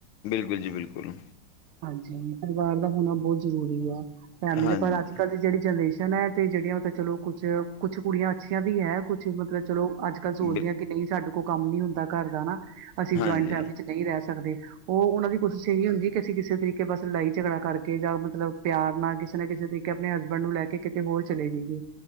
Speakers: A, on the left; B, on the right.
A: ਬਿਲਕੁਲ ਜੀ ਬਿਲਕੁਲ।
B: ਹਾਂਜੀ ਪਰਿਵਾਰ ਦਾ ਹੋਣਾ ਬਹੁਤ ਜ਼ਰੂਰੀ ਆ ਫੈਮਿਲੀ
A: ਹਾਂਜੀ
B: ਦਾ ਪਰ ਅੱਜ ਕੱਲ੍ਹ ਦੀ ਜਿਹੜੀ ਜਨਰੇਸ਼ਨ ਤੇ ਜਿਹੜੀਆਂ ਮਤਲਬ ਚਲੋ ਕੁੱਛ ਕੁੱਛ ਕੁੜੀਆਂ ਅੱਛੀਆਂ ਵੀ ਹੈ ਕੁਛ ਮਤਲਬ ਚਲੋ। ਅੱਜ ਕੱਲ ਸੋਚਦੇ
A: ਬਿਲ
B: ਹ ਕਿ ਨਹੀਂ ਸਾਡੇ ਕੋਲ ਕੰਮ ਨੀ ਹੁੰਦਾ ਘਰ ਦਾ ਅਸੀਂ
A: ਹਾਂਜੀ
B: ਜੁਆਇੰਟ ਫੈਮਿਲੀ ਚ ਨਹੀਂ ਰਹਿ ਸਕਦੇ। ਉਹ ਉਹਨਾਂ ਦੀ ਕੋਸ਼ਿਸ਼ ਇਹੀ ਹੁੰਦੀ ਹੈ। ਕਿ ਅਸੀਂ ਕਿਸੇ ਤਰੀਕੇ ਬਸ ਲੜਾਈ ਝਗੜਾ ਕਰਕੇ ਜਾਂ ਮਤਲਬ ਪਿਆਰ ਨਾਲ ਕਿਸੇ ਨਾ ਕਿਸੇ ਤਰੀਕੇ। ਆਪਣੇ ਹਸਬੈਂਡ ਨੂੰ ਲੈ ਕੇ ਕਿਤੇ ਹੋਰ ਚਲੇ ਜਾਈਏ